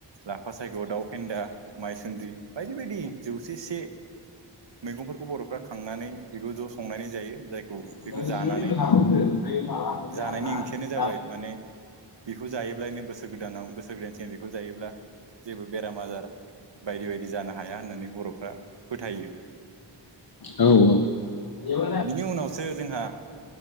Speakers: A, on the right; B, on the left.
A: लाफा सायख' दाउ फेन्दा माइसुन्द्रि बायदि बायदि जौसे से मैगंफोरखौ बर'फ्रा खांनानै बिगुर ज' संनानै जायो जायखौ
B: <unintelligible>
A: बेखौ जानानै जानायनि ओंथियानो जाबाय माने बेखौ जायोब्ला नो बोसोर गोदानाव बोसोर गोदान सिगां बेखौ जायोब्ला जेबो बेराम आजार बायदि बायदि जानो हाया होननानै बर'फ्रा बा फोथायो।
B: औ औ बेबो
A: बिनि उनावसो जोंहा